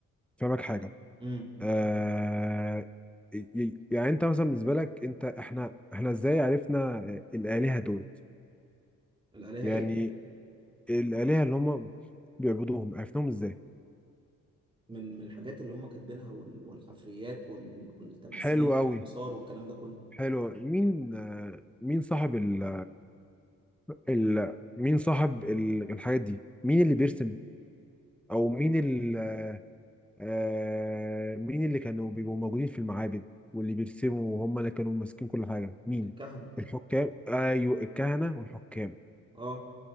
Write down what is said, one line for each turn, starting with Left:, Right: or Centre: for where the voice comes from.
Centre: فاهمك حاجه
Right: امم
Centre: آه ي- ي- يعني انت مثلا بالنسبه لك انت احنا احنا ازاي عرفنا الالهه دول
Right: الالهه
Centre: يعني
Right: ايه
Centre: الالهه اللي هم بيعبدوهم عرفناهم ازاي
Right: من من الحاجات اللي هم كاتبينها وال- والحفريات وال- والتماثيل
Centre: حلو قوي
Right: والمسار والكلام ده كله
Centre: حلو مين آه، مين صاحب ال... ال... مين صاحب ال... الحاجات دي مين اللي بيرسم او مين ال... آه... مين اللي كانوا بيبقوا موجودين في المعابد واللي بيرسموا وهم اللي كانوا ماسكين كل حاجة مين
Right: الكهنه
Centre: الحكام ايوه الكهنة والحكام
Right: اه